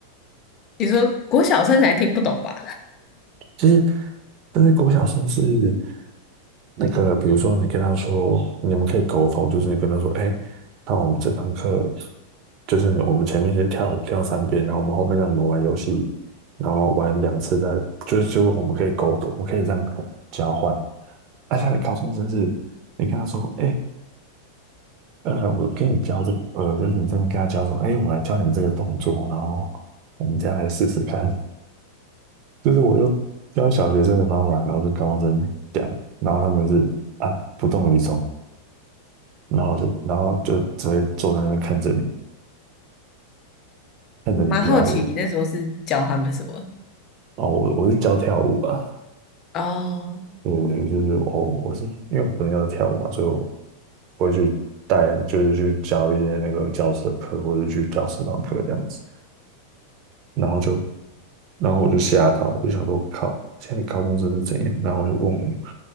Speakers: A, on the left; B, on the right.
A: 你说国小生才听不懂吧？
B: 其实，但是国小生是那个，比如说你跟他说，你们可以沟通，就是你跟他说，哎，那我们这堂课就是我们前面先跳舞跳三遍，然后我们后面让你们玩游戏，然后玩两次再，就是就我们可以沟通，我们可以这样交换。而且高中生是，你跟他说，哎，呃，我跟你教这个，呃，就是你这边跟他教什么，哎，我来教你们这个动作，然后我们再来试试看，就是我就教小学生的方法，然后跟高中生讲，然后他们是啊不动于衷，然后就然后就只会坐在那边看着你，看着你表演。
A: 我蛮好奇你那时候是教他们什么？
B: 哦，我我是教跳舞啊，
A: 哦
B: 对对对，就是我我是因为我朋友跳舞嘛，所以我我会去带，就是去教一些那个教室的课，或者去教社团课这样子，然后就。然后我就吓到，我就想说，靠，现在高中生是怎样？然后我就问我